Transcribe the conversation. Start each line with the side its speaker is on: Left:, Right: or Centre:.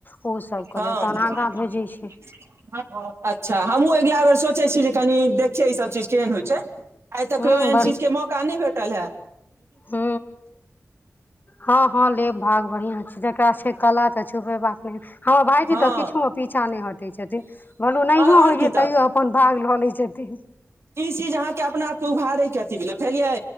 Left: ओ सब के
Right: हँ
Left: लेल तहन
Right: <unintelligible>
Left: आगाँ भेजै छै
Right: अच्छा हमहूँ अगिला बेर सोचै छी जे कनि देखियै ईसभ चीज केहन होइ छै आइ तक
Left: हूँ
Right: केओ एहन चीज के मौका नहि भेटल है
Left: हू हँ हँ लेब भाग बढ़िआं छै देख ओरा छै कला तऽ छुपेबाक नही हमर भायजी
Right: हँ
Left: तऽ किछु मे पीछा नहि हटे छथिन कहलहु नहियो
Right: आओर
Left: होइ
Right: की
Left: छै
Right: तऽ
Left: तै यो अपन भाग लऽ लै छथिन
Right: ई चीज अहाँके अपना आपके उभारै के अथी भेल बुझलियै